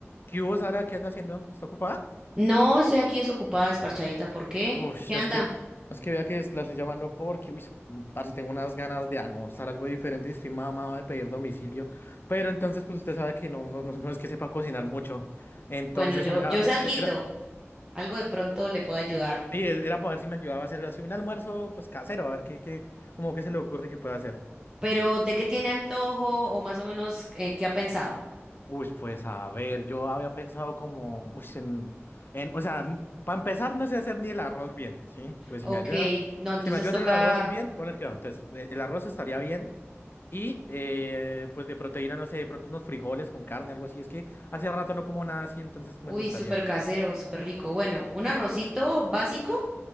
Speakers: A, on the left; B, on the right.
A: ¿Qué hubo, Sara? ¿Qué anda haciendo? ¿Está ocupada?
B: No, estoy aquí desocupada, desparchadita. ¿Por qué?
A: Uf,
B: ¿Qué anda?
A: es que, es que vea que es- la estoy llamando porque, uy, parce, tengo unas ganas de almorzar algo diferente y estoy mamado de pedir domicilio. Pero entonces, pues usted sabe que no, no, no no es que sepa cocinar mucho. Entonces,
B: Bueno, yo,
A: Sara,
B: yo
A: eh,
B: sé alguito,
A: eh, era,
B: algo de pronto le puedo ayudar.
A: sí, era para ver si me ayudaba a hacer así un almuerzo, pues casero, a ver qué, qué, como que se le ocurre que pueda hacer.
B: Pero, ¿de qué tiene antojo o más o menos eh, qué ha pensado?
A: Uy, pues a ver, yo había pensado como, uy, en, en- o sea, para empezar no sé hacer ni el arroz bien, ¿sí? Pues
B: Ok,
A: si me ayuda,
B: no, entonces
A: si me ayuda
B: toca,
A: a hacer el arroz bien, pone cuidado, entonces eh, el arroz estaría bien y eh, pues de proteína, no sé, de pronto unos frijoles con carne, algo así, es que hace rato no como nada así, entonces
B: uy,
A: me gustaría.
B: súper casero, súper rico. Bueno, un arrocito
A: Sí.
B: básico,